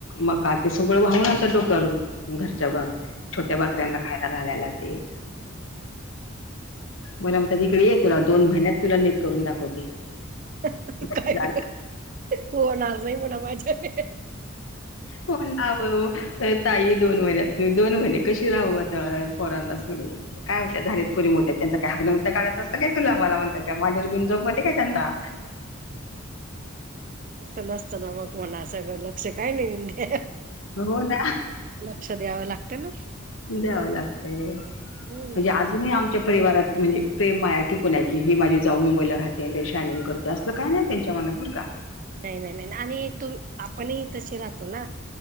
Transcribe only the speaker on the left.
मका ते सगळं वाहून आणतात डोक्यावर घरच्या छोट्या बकऱ्यांना खायला घालायला ते
मला म्हणतात, इकडे ये तुला दोन महिन्यात तुला नीट करून दाखवते.
तू झाड
हो ना ओय ओ ताई दोन महिन्यात मी, दोन महिने कशी राहू आता पोरांना सोडून म्हणजे काय होत्यात झालेत पुरी मोठ्या त्यांच काय हगनमुतन काढाचं असतं काय तुला, मला म्हणतात, काय मांडीवर घेऊन झोपती काय त्यांना?
हो ना.
द्याव लागतय, म्हणजे
अजूनही आम च्या परिवारात म्हणजे प्रेम माया टीकून आहे की ही माझी जाऊ मुंबईला राहते आणि लय शयनिंग कर ते आसल काय नाही त्यांच्या मनात बर का.